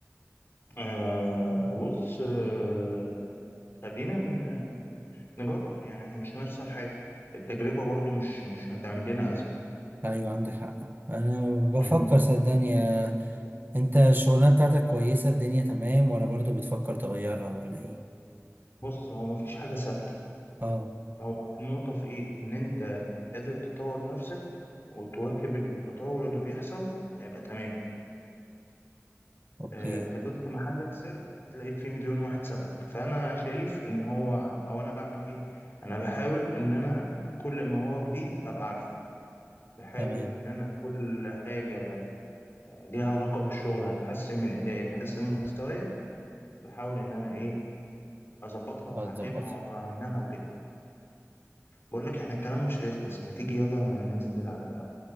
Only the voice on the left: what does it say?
آه بص آه خلينا ن- نجرب يعني احنا مش هنخسر حاجة التجربة برضو مش مش هتعمل لنا أزمة
يعني
بص هو مفيش حاجة ثابتة
هو النقطة في إيه إن أنت قادر تطور نفسك وتواكب التطور اللي بيحصل هيبقى تمام
آه فضلت محلك سر هتلاقي فيه مليون واحد سبقك فأنا شايف إن هو أو أنا بعمل إيه أنا بحاول إن أنا كل ما هو جديد أبقى عارفه بحاول
إن أنا كل حاجة ليها علاقة بالشغل هتحسن من أدائي هتحسن من مستواي بحاول إن أنا إيه أظبطها وأتعلمها
وأقرأ عنها وكده بقول لك إحنا الكلام مش هيخلص ما تيجي يلا ننزل على القهوة